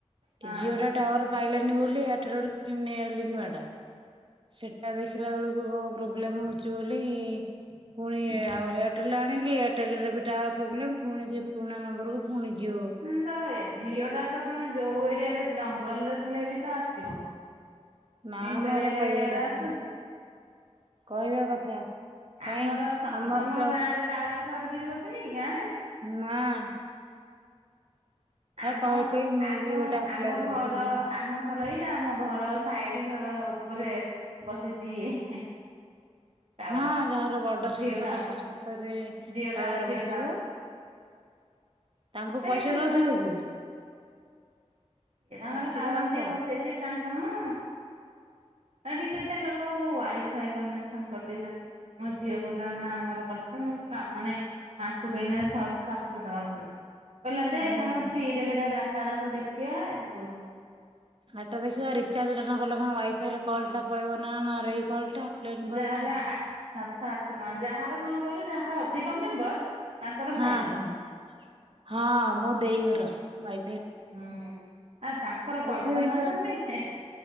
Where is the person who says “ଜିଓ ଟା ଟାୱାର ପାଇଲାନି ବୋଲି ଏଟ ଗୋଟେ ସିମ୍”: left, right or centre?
Right